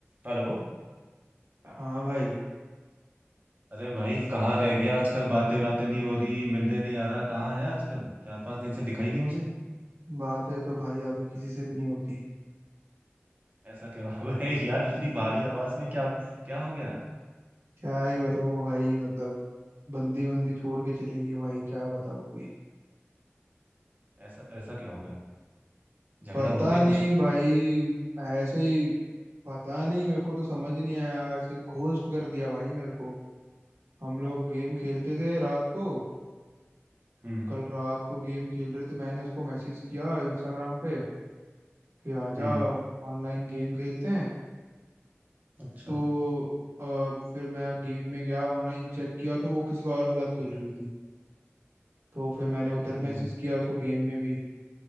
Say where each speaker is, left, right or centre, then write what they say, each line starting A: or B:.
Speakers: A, on the right; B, on the right.
A: हेलो
B: हाँ भाई
A: अरे भाई कहाँ रह गया आजकल बातें बातें नहीं हो रही मिलने नहीं आ रहा कहाँ है आजकल चार पांच दिन से दिखाई नहीं मुझे
B: बातें तो भाई अभी किसी से भी नहीं होती
A: ऐसा क्या हुआ भाई <laughs> यार इतनी भारी आवाज में क्या क्या हो गया
B: क्या ही बताओ भाई मतलब बंदी बंदी छोड़ के चलेगी भाई क्या बताओ अभी
A: ऐसा ऐसा क्या हो गया झगड़ा
B: पता
A: हुआ क्या
B: नहीं
A: कुछ
B: भाई ऐसे ही पता नहीं मेरे को तो समझ ही नहीं आया ऐसे घोस्ट कर दिया भाई मेरे को हम लोग गेम खेलते थे रात को
A: हम्म
B: कल रात को गेम खेल रहे थे मैंने उसको मैसेज किया इंस्टाग्राम पे कि आजा
A: हम्म
B: ऑनलाइन गेम खेलते हैं
A: अच्छा
B: तो अ, फिर मैं गेम में गया ऑनलाइन चेक किया तो वो किसी और के साथ खेल रही थी तो फिर मैंने उधर
A: हम्म
B: मैसेज किया उसको गेम में भी